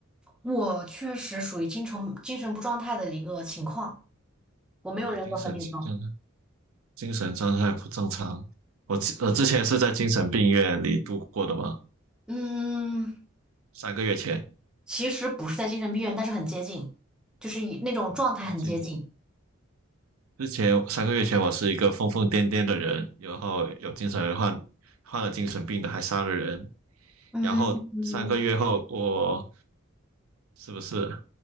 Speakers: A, in the centre; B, on the right.
A: 我确实属于精神精神不状态的一个情况，我没有人格分裂症。
B: 哦，精神状态精神状态不正常。我之我之前是在精神病院里度过的吗？
A: 嗯，
B: 三个月前，
A: 其实不是在精神病院，但是很接近，就是以那种状态很接近。
B: 嗯，接近之前三个月前，我是一个疯疯癫癫的人，然后有精神患患了精神病的，还杀了人。
A: 嗯嗯，
B: 然后三个月后，我是不是